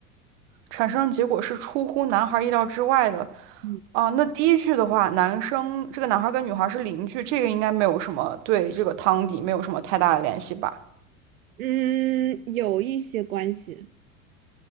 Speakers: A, on the right; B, on the right.
A: 产生的结果是出乎男孩意料之外的
B: 嗯，
A: 啊。呃那第一句的话，男生这个男孩跟女孩是邻居，这个应该没有什么对这个汤底没有什么太大的联系吧？
B: 嗯有一些关系，